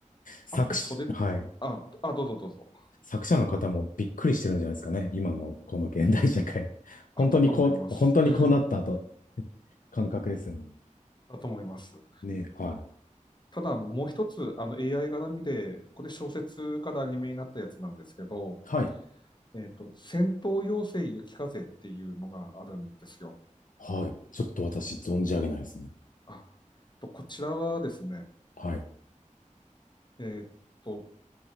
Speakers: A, on the left (about 85°); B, on the left (about 35°).
A: 作詞、
B: あと袖、
A: はい。
B: あ、あ、どうぞどうぞ。
A: 作者の方もびっくりしてるんじゃないですかね。今のこの現代社会。<laughs>
B: あ、
A: 本当にこう、
B: だと思います。
A: 本当にこうなったと、
B: <laughs>
A: <laughs> 感覚ですよね。
B: だと思います。
A: ね、はい。
B: ただ、あの、もう一つ、あの、AI 絡みで、これ小説からアニメになったやつなんですけど、
A: はい。
B: えっと、戦闘妖精雪風っていうのがあるんですよ。
A: はい。ちょっと私存じ上げないですね。
B: あ、とこちらはですね、
A: はい。
B: えっと、